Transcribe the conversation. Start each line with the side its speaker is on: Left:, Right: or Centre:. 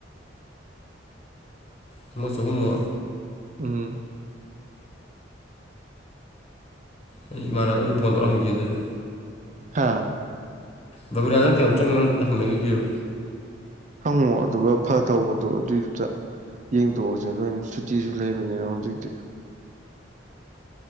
Left: ꯊꯨꯝꯃꯣꯏ ꯆꯍꯨꯝꯃꯣ
Right: ꯎꯝ
Left: ꯑꯩ ꯏꯃꯥꯟꯅꯕ ꯑꯗꯨꯝ ꯐꯣꯟ ꯇꯧꯔ ꯍꯪꯒꯦ ꯑꯗꯨꯗꯤ
Right: ꯍꯥꯥ
Left: ꯕꯕꯤꯔꯥꯅ ꯀꯌꯥꯨꯛ ꯆꯪꯅꯣ ꯑꯝ ꯍꯪꯅꯈꯤꯒꯦꯕ
Right: ꯍꯪꯉꯣ ꯑꯗꯨꯒ ꯐ ꯇꯧꯕꯗꯣ ꯑꯗꯨꯏꯗꯨꯗ ꯌꯦꯡꯊꯣꯛꯎꯁꯦ ꯂꯣꯏ ꯁꯨꯇꯤꯁꯨ ꯂꯩꯕꯅꯤꯅ ꯍꯧꯖꯤꯛꯇꯤ